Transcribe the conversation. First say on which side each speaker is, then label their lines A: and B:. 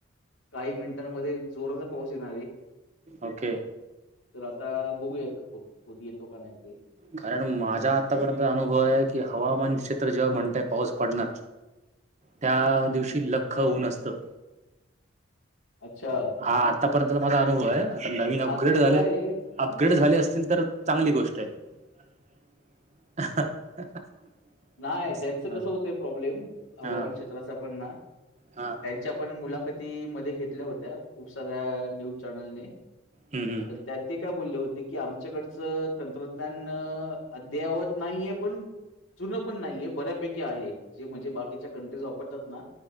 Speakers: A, on the left (about 80°); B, on the right (about 35°).
A: काही मिनिटांमध्ये जोराचा पाऊस येणारं आहे.
B: ओके.
A: तर आता बघूयात, हो येतो का नाही ते.
B: कारण माझा आतापर्यंत अनुभव आहे की, हवामान क्षेत्र जेव्हा म्हणतंय पाऊस पडणार त्या
A: हम्म.
B: दिवशी लख्ख ऊन असतं.
A: अच्छा?
B: हा आत्तापर्यंतचा माझा अनुभव आहे, आता नवीन अपग्रेड
A: हां ते
B: झाले
A: तर आहे
B: अपग्रेड झाले असतील तर, चांगली गोष्ट आहे. <unintelligible>
A: नाय, त्यांचं
B: हा
A: कसं होतंय प्रॉब्लेम, हवामान
B: हा
A: क्षेत्राचा पण ना
B: हा
A: त्यांच्या पण मुलाखती मध्ये घेतल्या होत्या, खूप साऱ्या न्यूज चॅनलने.
B: हं, हं.
A: पण त्यात ते काय बोलले होते की, आमच्याकडचं तंत्रज्ञान अद्ययावत नाहीये पण जुन पण नाही आहे, बऱ्यापैकी आहे. जे म्हणजे, बाकीच्या कंट्रीज वापरतात ना